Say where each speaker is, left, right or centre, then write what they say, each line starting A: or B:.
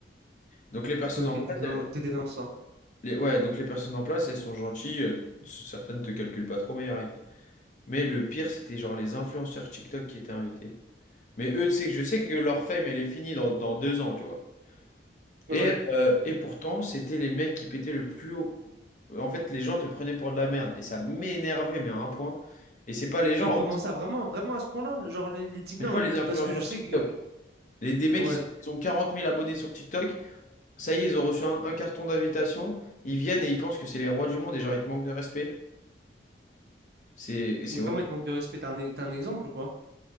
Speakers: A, on the left; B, on the right.
A: Donc les personnes
B: Ok,
A: en
B: t'étais
A: place,
B: dans,
A: elles-
B: t'étais dans ça.
A: les, ouais, donc les personnes en place, elles sont gentilles. elles- certaines te calculent pas trop, mais y a rien. Mais le pire, c'était genre les influenceurs TikTok qui étaient invités. Mais eux, tu sais que je sais que leur fame, elle est finie dans, dans deux ans, tu vois.
B: Ouais.
A: Et, euh, et pourtant, c'était les mecs qui pétaient le plus haut. En fait, les gens te prenaient pour de la merde. Et ça m'énervait, mais à un point. Et c'est pas les gens.
B: Mais comment ça, vraiment, vraiment à ce point-là? Genre les, les types,
A: Mais
B: non,
A: tu vois,
B: les
A: les
B: types,
A: influenceurs
B: parce que je sais
A: TikTok.
B: que.
A: Les, des mecs,
B: Ouais.
A: ils ont, ils ont 40 000 abonnés sur TikTok. Ça y est, ils ont reçu un, un carton d'invitation. Ils viennent et ils pensent que c'est les rois du monde. Et genre, ils te manquent de respect. C'est c'est
B: Mais
A: horrible.
B: Comment ils te manquent de respect? T'as un, e- t'as un exemple ou pas?